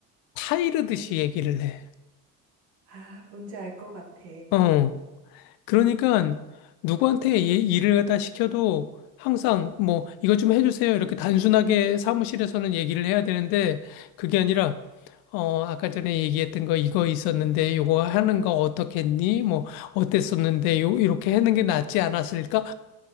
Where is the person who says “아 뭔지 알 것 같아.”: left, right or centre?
Right